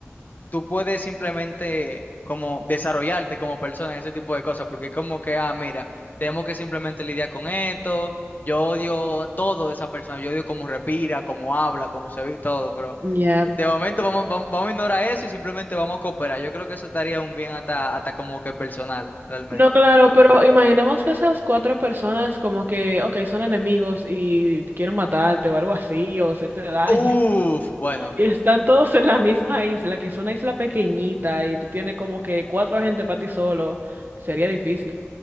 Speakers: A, on the left; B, on the right.
A: tú puedes simplemente como desarrollarte como persona en ese tipo de cosas, porque como que, ah, mira, tenemos que simplemente lidiar con esto, yo odio todo de esa persona, yo odio cómo respira, cómo habla, cómo se ve y todo, pero
B: Ya.
A: eh, de momento vamos, vamos, vamos a ignorar eso y simplemente vamos a cooperar. Yo creo que eso estaría un bien hasta, hasta como que personal, realmente.
B: No, claro, pero imaginemos que esas cuatro personas como que, ok, son enemigos y quieren matarte o algo así o hacerte daño.
A: Uf, bueno,
B: Están todos en la misma isla, que es una isla pequeñita y tú tienes como que cuatro gente para ti solo. Sería difícil.